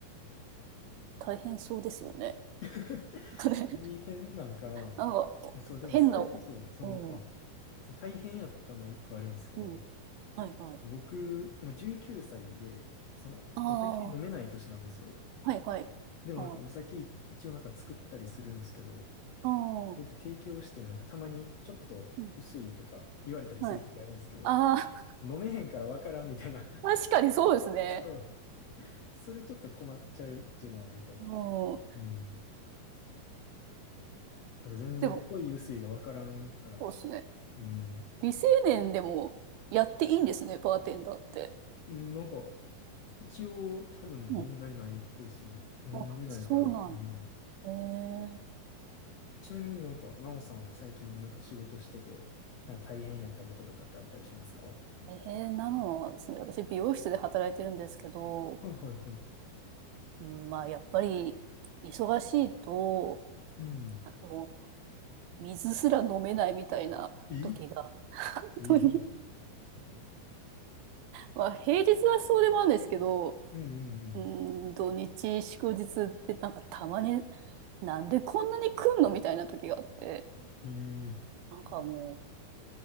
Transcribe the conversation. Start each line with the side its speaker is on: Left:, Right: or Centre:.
Right: 大変そうですよね。
Left: <laughs>
Right: <laughs> なんかね、
Left: 大変なんかな。
Right: なんか、
Left: まあ、そう、でもそれこそ、
Right: 変な、う
Left: その、あ、
Right: ん、
Left: その大変やったの一個あるんですけど、
Right: うん、はいはい。
Left: 僕、今19歳で、その、
Right: あ
Left: お酒飲めない年なんですよ。
Right: あ、はいはい。
Left: でもなんかお酒一応なんか作ったりするんですけど、
Right: ああ、ああ、
Left: それで提供してなんかたまにちょっと薄いとか言われたりするときあるんですけど、
Right: うん、はい。ああ、
Left: 飲めへんからわからんみたいな。
Right: 確かにそうですね。
Left: <laughs> そう。それちょっと困っちゃうっていうのはあるかも。
Right: うん。
Left: うん。なんか全然濃い薄いがわからんから。
Right: でも、そうですね。
Left: うん。
Right: 未成年でもやっていいんですね、バーテンダーって。
Left: うんなんか、一応多分問題ないっぽいですね。
Right: うん。
Left: 飲んでないから。
Right: あ、そうなん。
Left: うん。
Right: えー、
Left: ちなみになんか、なおさんは最近なんか仕事してて、なんか大変やったこととかってあったりしますかは
Right: 大変なのはですね、私、美容室で働いてるんですけど、
Left: いはいは
Right: うん、まあ、やっぱり、忙しいと、
Left: い。うん。
Right: なんかもう、水すら飲めないみたいな時が、
Left: え
Right: <laughs>
Left: え
Right: 本当に、まあ、平日はそうでもあるんですけど、
Left: うんうんうん。
Right: うーん、土日、祝日ってなんかたまに、なんでこんなに来んのみたいな時があって、
Left: ええ
Right: なんかも